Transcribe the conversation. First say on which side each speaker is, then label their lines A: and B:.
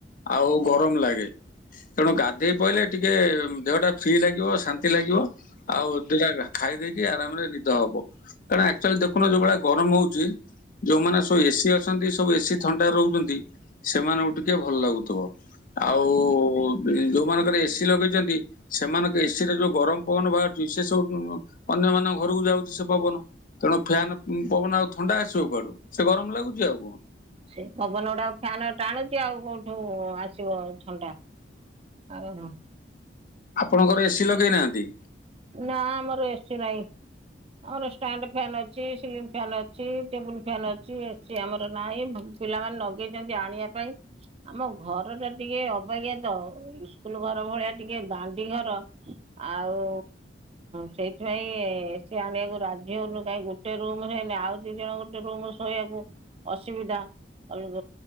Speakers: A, on the left (about 50°); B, on the right (about 35°).
A: ଆଉ ଗରମ ଲାଗେ ତେଣୁ ଗାଧେଇ ପଇଲେ ଟିକେ ଦେହ ଟା ଫ୍ରି ଲାଗିବ ଶାନ୍ତି ଲାଗିବ। ଆଉ ଦୁଟା ଖାଇ ଦେଇେଇକି ଆରାମରେ ନିଦ ହବ। କାରଣ ଆକ୍ଚୁଆଲି ଦେଖୁନ ଯୋଉ ଭଳିଆ ଗରମ ହଉଛି ଯୋଉମାନେ ସବୁ ଏସି ସବୁ ଏସିି ଥଣ୍ଡା ରହୁଛନ୍ତି ସେମାନଙ୍କୁ ଟିକେ ଭଲ ଲାଗୁଥିବ। ଆଉ ଯୋଉ ମାନଙ୍କର ଏସି ଲଗେଇଛନ୍ତି ସେମାନଙ୍କ ଏସିରେ ଯୋଉ ଗରମ ପବନ ବାହାରୁଛି ସେ ସବୁ ଅନ୍ୟମାନଙ୍କ ରକୁ ଯାଉଛି ସେ ପବନ ତେଣୁ ଫ୍ୟାନ୍ ପବନ ଆଉ ଥଣ୍ଡା ଆସିବ କୁଆଡୁ ସେ ଗରମ ଲାଗୁଛି ଆଉ କଣ
B: ସେ ପବନ ଗୁଡାକ ଫ୍ୟାନ ଟାଣୁଛି ଆଉ କୋଉଠୁ ଆସିବ ଆଉ ଥଣ୍ଡା ଓହୋ।
A: ଆପଣଙ୍କର ଏସି ଲଗେଇନାହାନ୍ତି?
B: ନା ଆମର ଏସି ନାଇଁ। ଆମର ଷ୍ଟାଣ୍ଡ ଫାନ ଅଛି ସିଲ ଫନ୍ ଅଛି ଟେବୁଲ ଫାନ ଅଛି ଏସି ଆମର ନାହିଁ। ପିଲାମାନୋନ ଲଗେଇଛନ୍ତି ଆଣିବା ପାଇଁ ଆମ ଘର ଟା ଟିକେ ଅବାଜ୍ଞା ତ ଇକୁଲ ଘର ଭଳିଆ ଟିକେ ଦାଣ୍ଡି ଘର ଆଉ ସେଇଥିପାଇଁ ଏସି ଆଣିବାକୁ ରାଜି ହଉନୁ କାଇଁ ଗୋଟେ ରୁମ ହେନି ଆଉ ଦି ଜଣ ଗୋଟେ ରୁମ ଶୋଇବା। ଅସୁବିଧା। ଅଲଗ